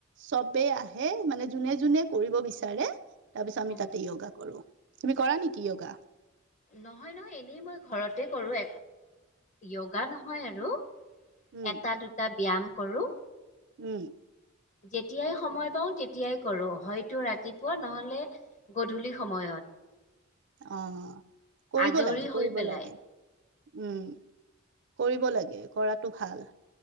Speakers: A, on the right; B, on the left.
A: চবেই আহে হে মানে যোনে যোনে কৰিব বিচাৰে তাৰ পিছত আমি
B: উম
A: তাতে য়গা কৰো তুমি কৰা নেকি য়গা।
B: নহয় নহয় এনেই মই ঘৰতে কৰো য়গা নহয় আৰু
A: উম
B: এটা দুটা ব্যয়াম কৰোঁ
A: উম
B: যেতিয়াই সময় পাও তেতিয়াই কৰো হয়তো ৰাতিপুৱা নহলে গধূলি সময়ত
A: অ' কৰিব
B: আজৰি
A: লাগে
B: হৈ
A: কৰিব
B: পেলাই
A: লাগে। উম কৰিব লাগে কৰাটো ভাল